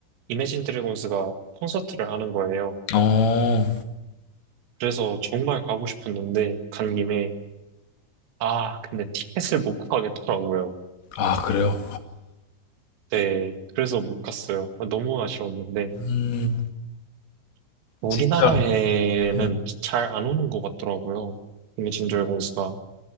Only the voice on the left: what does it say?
어.
아 그래요?
음.
진짜 음.